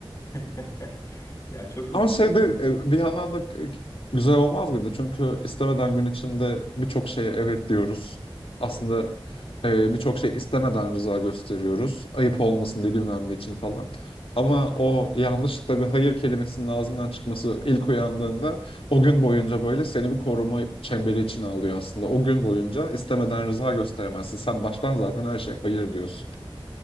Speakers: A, on the left; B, on the left.
A: <laughs> Ya çok ilginç
B: Ama şeyde
A: olurdu
B: e,
A: ya.
B: bir yandan da e, güzel olmaz mıydı? Çünkü istemeden gün içinde birçok şeye evet diyoruz. Aslında e, birçok şey istemeden rıza gösteriyoruz. Ayıp olmasın diye bilmem ne için falan. Ama o yanlışlıkla bir hayır kelimesinin ağzından çıkması ilk uyandığında o gün boyunca böyle seni bir koruma çemberi içine alıyor aslında. O gün boyunca istemeden rıza gösteremezsin. Sen baştan zaten her şeye hayır diyorsun.